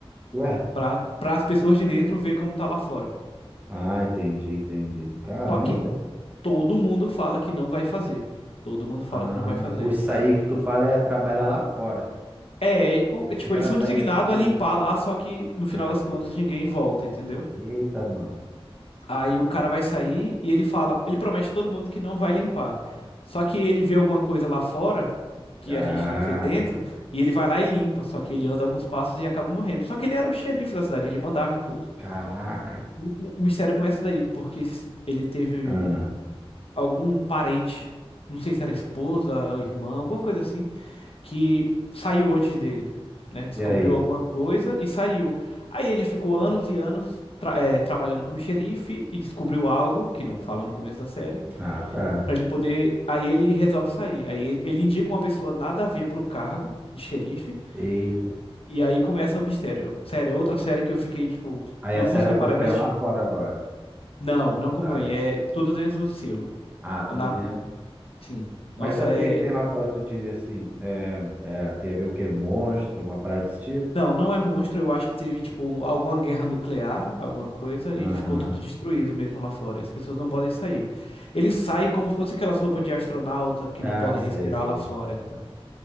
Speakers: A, on the right; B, on the left.
A: ué.
B: Pra para as pessoas de dentro ver como tá lá fora.
A: Ah, entendi, entendi. Caramba.
B: Só que todo mundo fala que não vai fazer. Todo mundo fala
A: Ah,
B: que não vai fazer.
A: o sair que tu fala é trabalhar lá fora.
B: É, o-
A: Pensei
B: tipo,
A: que
B: eles
A: era
B: são
A: sair
B: designados
A: tipo.
B: a limpar lá, só que no final
A: Ah,
B: das
A: entendi.
B: contas ninguém volta, entendeu?
A: Eita, mano.
B: Aí o cara vai sair e ele fala, ele promete a todo mundo que não vai limpar. Só que ele vê alguma coisa lá fora que
A: Ah,
B: a gente não vê dentro e ele vai lá e limpa, só que ele anda alguns passos e acaba morrendo. Só que ele era o xerife da cidade, ele mandava em tudo.
A: caraca.
B: E o co- o mistério começa daí, porque s- ele teve
A: Ah,
B: algum parente, não sei se era esposa, irmã, alguma coisa assim que saiu antes dele, né? Descobriu
A: e aí?
B: alguma coisa e saiu. Aí ele ficou anos e anos tra- eh, trabalhando como xerife e descobriu algo que não fala no começo da série,
A: Ah, tá.
B: Pra ele poder. Aí ele resolve sair. Aí ele, ele indica uma pessoa nada a ver pro cargo de xerife
A: Eita.
B: e aí começa o mistério. Sério, é outra série que eu fiquei tipo,
A: Aí
B: não
A: a série
B: consegui
A: acompanha
B: parar de assistir.
A: lá fora agora.
B: Não, não como
A: Tá.
B: é, é tudo dentro do silo.
A: Ah, tudo
B: Na,
A: dentro.
B: sim. Nossa,
A: Mas é o que
B: é.
A: que tem lá fora, tu diria assim? É, é, tem a ver o quê? Monstro, alguma parada desse tipo?
B: Não, não é monstro. Eu acho que teve, tipo, um, alguma guerra nuclear, alguma coisa,
A: Aham.
B: e ficou tudo destruído mesmo lá fora. E as pessoas não podem sair. Eles saem como se fosse aquelas roupas de astronauta que
A: Ah,
B: não podem
A: sei,
B: respirar
A: sei.
B: lá fora e tal.